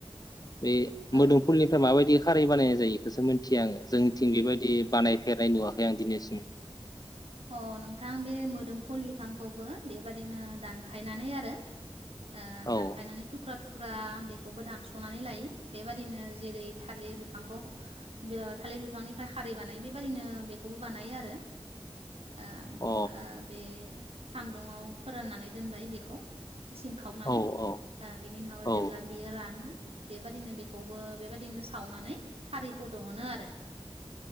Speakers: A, on the left; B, on the right.
A: बे
B: औ
A: मोदोमफुलनिफ्राय माबायदि खारै बानायनाय जायो। खौसो मिथियो आङो जों थिं बेबायदि बानायफेरनाय नुवाखै आं दिनैसिम।
B: अ नोंथां बे मोदोमफुल बिफांखौबो बेबादिनो दानफायनानै आरो ओ दानफायनानै
A: औ
B: थुख्रा थुख् फुरा बेखौबो दानस'नानै लायो। बेबायादिनो जेरै थालिर बिफांखौ थालिर बिफांनिफ्राय खारै बानायो बेबादिनो बेखौबो बानायो आरो। आ
A: अ
B: आ बे सान्दुंआव फोराननानै दोनबाय बेखौ। सिंखावनानै
A: औ औ
B: ओ बिनि उनाव
A: औ
B: जेब्ला बियो रानो बेबादिनो बेखौबो बेबादिनो सावनानै खारैखौ दहनो आरो।